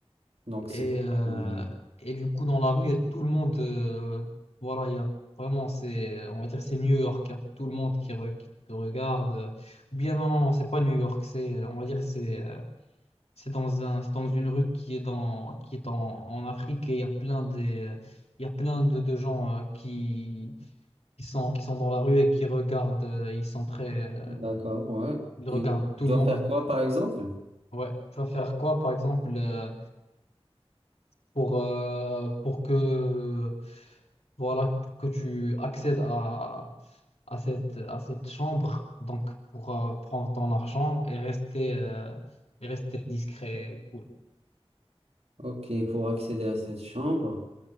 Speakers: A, on the right; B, on the left.
A: donc c'est
B: Et,
A: quoi?
B: euh,
A: euh,
B: et du coup, dans la rue, il y a tout le monde. euh, voilà, il y a vraiment, c'est, on va dire, c'est New York. Il y a tout le monde qui, re- qui te regarde. Ou bien, non, non, non, c'est pas New York. C'est, euh, on va dire, c'est, euh, c'est dans un, c'est dans une rue qui est dans, qui est en, en Afrique et il y a plein des, euh, il y a plein de, de gens euh, qui qui sont, qui sont dans la rue et qui regardent, euh, ils sont très, euh,
A: D'accord, ouais.
B: ils
A: Et
B: regardent tout
A: je dois
B: le monde.
A: faire quoi par exemple?
B: Ouais. Tu vas faire quoi, par exemple, euh, pour, euh, pour que, voilà, pour que tu accèdes à, à cette, à cette chambre, donc pour euh, prendre ton argent et rester, euh, et rester discret, et cool.
A: Ok, pour accéder à cette chambre,